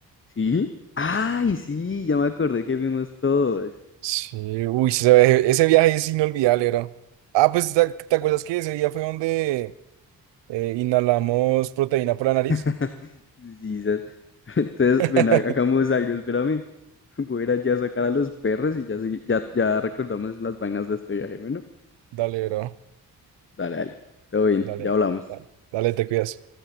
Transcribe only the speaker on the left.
¿Sí? ¡Ay, sí! Ya me acordé que vimos todos.
<laughs> Sí, sas. <laughs> Entonces,
ven, ha- hagamos algo, espérame. Voy a ir allá a sacar a los perros y ya, sí- ya, ya recordamos las vainas de este viaje. Bueno,
dale, dale. Todo bien,
ya hablamos.